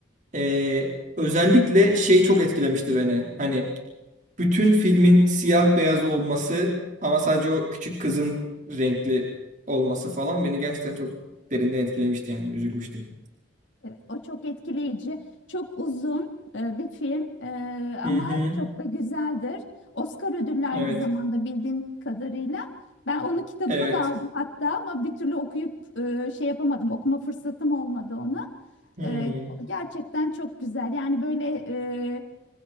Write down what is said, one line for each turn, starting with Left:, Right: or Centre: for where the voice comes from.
Right: Ee, özellikle şey çok etkilemişti beni. Hani bütün filmin siyah beyaz olması ama sadece o küçük kızın renkli olması falan beni gerçekten çok derinden etkilemişti yani üzülmüştüm.
Left: Evet, o çok etkileyici. Çok uzun e, bir film e,
Right: Hı
Left: ama
Right: hı.
Left: çok da güzeldir. Oscar ödüllü aynı
Right: Evet.
Left: zamanda bildiğim kadarıyla. Ben onun kitabını
Right: Evet.
Left: da aldım hatta ama bir türlü okuyup e, şey yapamadım. Okuma fırsatım olmadı onu.
Right: Hı.
Left: E, gerçekten çok güzel. Yani böyle e,